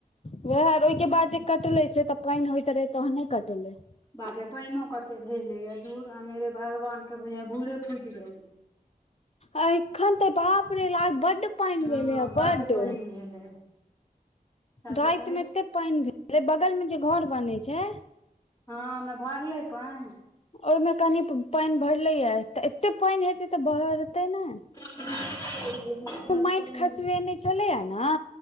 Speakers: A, on the left; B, on the left.
A: वएह ओहिके बाद जे कटले से तऽ पानि होइत रहै तन नहि कटले
B: बापे पानि कते भेलै या झूर अनेरे भगवान के बुझााय भूरे फूटि जाइ छै
A: आ एखन तऽ बापरे ल बड्ड पानि
B: हँ
A: भेलै ह बड्ड
B: पानि भेलै सएह
A: राति
B: तऽ कहै
A: मे एते
B: छी
A: पानि भेल बगल मे जे घर बनैत छै
B: हँ हमे भरले पाईन
A: ओहिमे कनि पानि भरलैए तऽ एते पानि हेतै तऽ भरतै ने
B: <inaudible>
A: माइट
B: नहि
A: खसलय ने छलियया ने